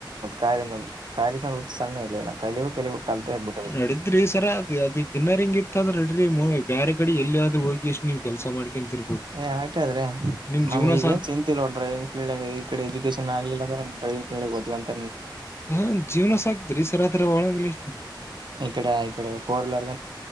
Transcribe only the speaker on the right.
ಕಾರಿಂದ ಕಾರಿಂದ ಸಣ್ಣ ಇರ್ಲಿಲ್ಲ ಕಲಿಬೇಕ ಕಲಿಬೇಕ ಕಲ್ತ ಆಗ್ಬಿಟ್ಟ
ಏ ಹಾಗಾದ್ರೆ
ನಮ್ಗ
ಈಗ
ಏನ್ ಚಿಂತಿಲ್ಲ ನೋಡ್ ಡ್ರೈವಿಂಗ್ ಫೀಲ್ಡ್ನಾಗ ಈ ಕಡೆ ಎಜುಕೇಶನ್ ಆಗಲಿಲ್ಲಂದ್ರೆ ಡ್ರೈವಿಂಗ್ ಕಲಿಬಹುದು ಅಂತ
ಈಕಡೆ ಈಕಡೆ ಫೋರ್ ವೀಲರ್